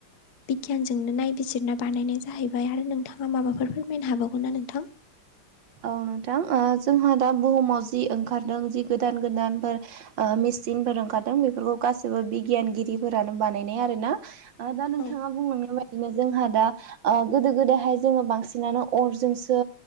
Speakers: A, on the left (about 55°); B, on the right (about 65°).
A: बिगियानजोंनो नायबिजिरना बानायनाय जाहैबाय आरो नोंथाङा माबाफोर फोरमायनो हाबावगोनना नोंथां
B: औ नोंथां ओ जोंहा दा बुहुमाव जि ओंखारदों जि गोदान गोदानफोर ओ मेसिनफोर ओंखारदों बेफोरखौ गासैबो बिगियानगिरिफोरानो बानायनाय आरोना दा दा नोंथाङा
A: औ
B: बुंलांनाय बायदिनो जोंहा दा ओ गोदो गोदायहाय जोङो बांसिनानो अरजोंसो